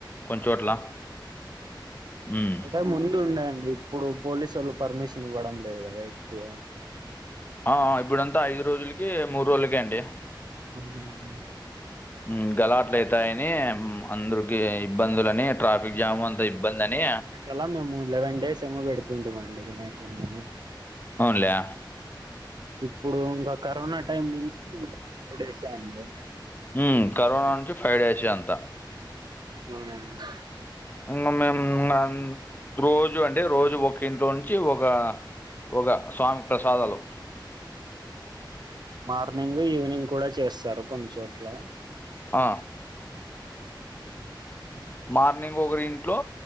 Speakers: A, on the left (about 25°); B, on the right (about 60°).
A: కొన్ని చోట్ల ఉమ్
B: అంటే ముందుండే అండి ఇప్పుడు పోలీసోళ్ళు పర్మిషన్ ఇవ్వడం లేదు కదా ఎక్కువ
A: ఆ ఆ ఇప్పుడంతా ఐదు రోజులకి మూడు రోజులకే అండి
B: అవునండి
A: ఉ గలాట్లు అయితాయని అందరుకీ ఇబ్బందులని ట్రాఫిక్ జామ్ అంతా ఇబ్బంది అని
B: అలా మేము లెవెన్ డేస్ ఏమో పెడుతుంటిమండి వినాయకుడిని మేము
A: అవునులే
B: ఇప్పుడు ఇంకా కరోనా టైం నుంచి ఇంకా ఫైవ్ డేసే అండి
A: ఊ కరోనా నుంచి ఫైవ్ డేస్ అంత
B: అవునండి
A: ఇంగ మేము ఇంగ రోజు అంటే రోజు ఒక ఇంట్లో నుంచి ఒక ఒక స్వామి కి ప్రసాదాలు
B: మార్నింగ్ ఈవినింగ్ కూడా చేస్తారు కొన్ని చోట్ల
A: ఆ
B: <unintelligible>
A: మార్నింగ్ ఒకరింట్లో